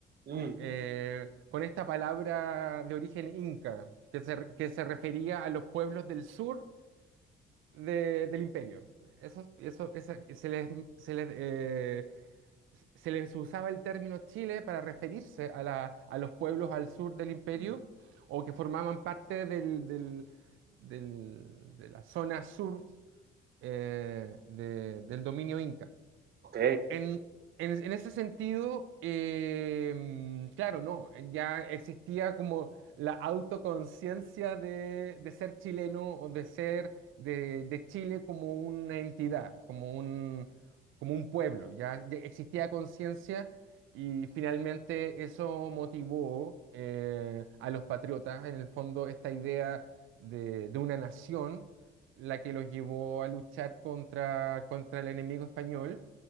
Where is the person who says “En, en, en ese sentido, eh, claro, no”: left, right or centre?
Right